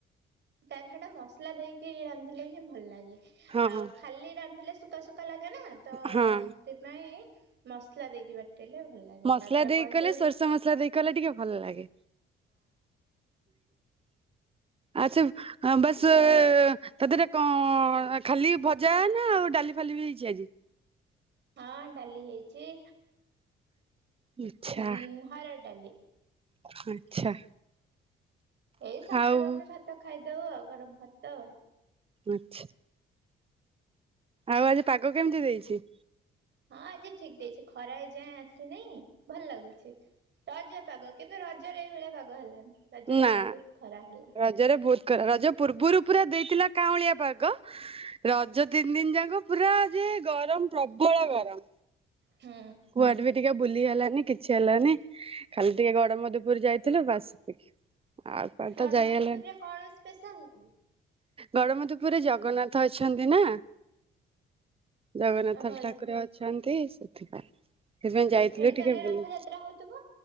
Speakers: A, on the right (about 60°); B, on the right (about 30°).
A: ତାରି ହେଟା ମସଲା ଦେଇକି ରାନ୍ଧିଲେ ହିଁ ଭଲ ଲାଗେ
B: ହଁ
A: ଆଉ ଖାଲି ରାନ୍ଧିଲେ ଶୂକାଶୂ କା ଲାଗେ ନା ତ
B: ହଁ
A: ହେଥିପାଇଁ ମସଲା ଦେଇକି ବାଟିଲେ ଭଲ ଲାଗେ।
B: ମସଲା
A: ତାପରେ
B: ଦେଇକି
A: କଢେଇ
B: କଲେ
A: ହଁ
B: ସୋରିଷ ମସଲା ଦେଇକି କଲେ ଟିକେ ଭଲ ଲାଗେ। ଆଉ ସବୁ ବାସ୍ ତାଦିହରେ କଁ ଖାଲି ଭଜା ନା ଆଉ ଡାଲି ଫାଲି ବି ହେଇଛି ଆଜି?
A: ହଁ ଡାଲି ହେଇଚି।
B: ଆଚ୍ଛା
A: ହୁଁ ହରଡ଼ ଡାଲି।
B: ଆଚ୍ଛା।
A: ଏଇ ସକାଳୁ
B: ଆଉ
A: ଆମେ ଭାତ ଖାଇଦୋଉ ଆଉ ଗରମ ଭାତ ଆଉ।
B: ଆଛା। ଆଉ ଆଜି ପାଗ କେମିତି ଦେଇଚି?
A: ହଁ ଆଜି ଠିକ୍ ଦେଇଚି ଖରା ଏଯାଏଁ ଆସିନି ଭଲ ଲାଗୁଚି ରଜ ପାଗ କେବେ ରଜ ରଜରେ ଏଇଭଳିଆ ପାଗ ହେଲାନି ରଜରେ
B: ନା
A: ବୋହୁତ ଖରା ହେଲା।
B: ରଜରେ ବୋହୁତ ଖରା ରଜ ପୂର୍ବରୁ ପୁରା ଦେଇଥିଲା କାଉଁ ଳିଆ ପାଗ ରଜ ତିନି ଦିନ ଯାଙ୍କ ପୁରା ଯେ ଗରମ ପ୍ରବଳ ଗରମ।
A: ହୁଁ
B: କୁଆଡେ ବି ଟିକେ ବୁଲି ହେଲାନି, କିଛି ହେଲାନି। ଖାଲି ଟିକେ ଗଡମଧୁପୁର ଯାଇଥିଲୁ ବାସ୍। ଆଉ କୁଆଡେ ତ
A: ଗଡମଧୁପୁରରେ
B: ଯାଇ ହେଲାନି
A: କଣ ସ୍ପେଶାଲ କି?
B: ଗଡମଧୁପୁରରେ ଜଗନ୍ନାଥ ଅଛନ୍ତି ନା। ଜଗନ୍ନାଥ
A: ଓହୋ
B: ଠାକୁରେ ଅଛନ୍ତି ସେଥିପାଇଁ। ସେଥିପାଇଁ
A: ହେଠି
B: ଯାଇଥିଲୁ
A: ତାହେଲେ
B: ଟିକେ ବୁଲି।
A: ରଥଯାତ୍ରା ହଉଥିବ?